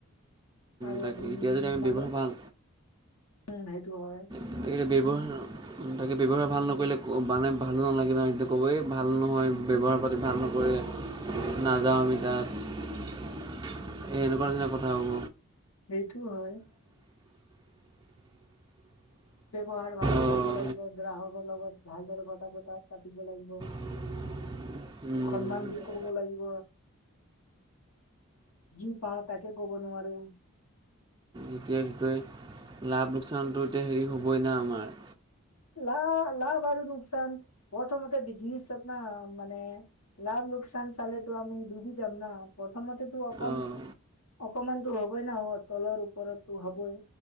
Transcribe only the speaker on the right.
তাকে
এতিয়া যদি আমি
ব্যৱহাৰ ভাল
তাকে এতিয়া ব্যৱহাৰ তাকে ব্যৱহাৰ ভাল নকৰিলে বানেই ভালো নালাগে নহ এই ক'বই ভাল নহয়। ব্যৱহাৰ পাতি ভাল নকৰে নাযাওঁ আমি তাত। এ এনেকুৱা নিচিনা কথা হ'ব।
অঁ
<unintelligible> সেইটোৱে
এতিয়া কি কয় লাভ লোকচানটো এতিয়া হেৰি হ'বই ন আমাৰ।
অঁ অঁ